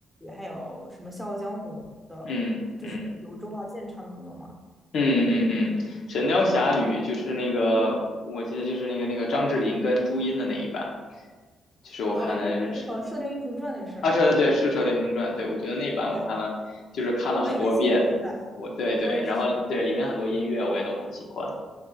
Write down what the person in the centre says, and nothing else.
还有什么《笑傲江湖》的，
就是有周华健唱的歌嘛。
哦，那是好像《射雕英雄传》那是，
对，
哦，我也很喜欢这一版，
我也是，